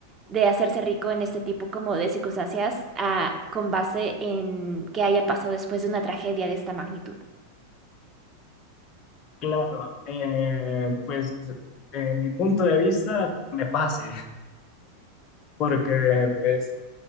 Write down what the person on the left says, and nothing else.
Claro, eh, pues en mi punto de vista me pase, <laughs> porque pues,